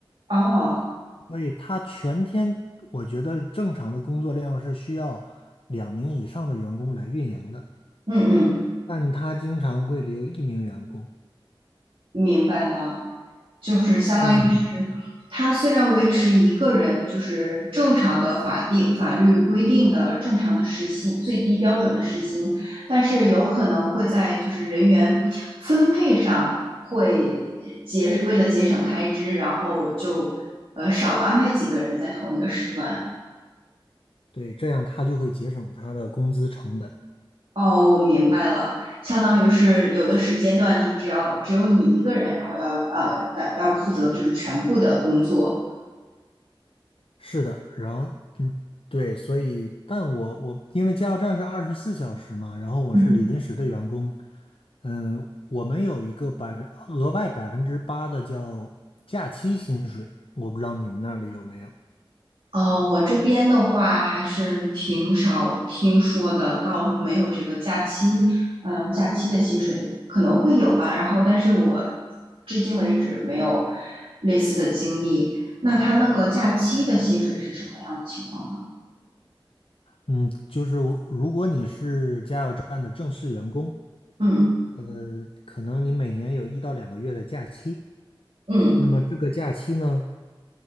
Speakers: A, on the right; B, on the left.
A: 哦，
B: 所以它全天我觉得正常的工作量是需要两名以上的员工来运营的，
A: 嗯嗯，
B: 但它经常会留一名员工，
A: 明白了。就是相当于是，
B: 这样。
A: 他虽然维持一个人就是正常的法定法律规定的正常的时薪最低标准的时薪，但是有可能会在就是人员分配上会节为了节省开支，然后就呃少安排几个人在同一个时段。
B: 对，这样他就会节省他的工资成本。
A: 哦，我明白了，相当于是有的时间段就只要只有你一个人，然后要呃要负责就是全部的工作。
B: 是的，然后嗯，对，所以，但我我因为加油站是二十四小时嘛，然后我是临时的员工，
A: 嗯。
B: 嗯，我们有一个百分额外百分之八的叫假期薪水，我不知道你们那里有没有。
A: 哦，我这边的话还是挺少听说的，倒没有这个假期，嗯、假期的薪水可能会有吧。然后，但是我至今为止没有类似的经历。那他那个假期的薪水是什么样的情况呢？
B: 嗯，就是我如果你是加油站的正式员工，
A: 嗯
B: 呃，可能你每年有一到两个月的假期，
A: 嗯，
B: 那么这个假期呢，